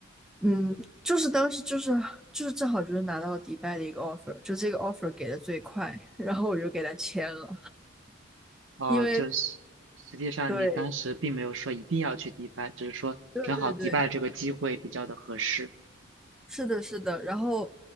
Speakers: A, in the centre; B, on the right.
A: 嗯，就是当时就是就是正好就是拿到迪拜的一个 offer，就这个 offer 给的最快，然后我就给他签了，
B: 哦，
A: 因为
B: 就是实际上你当时并没有说一定要去迪拜，
A: 对
B: 只是说正好迪拜这个机会比较的合适。
A: 对对对，是的，是的，然后，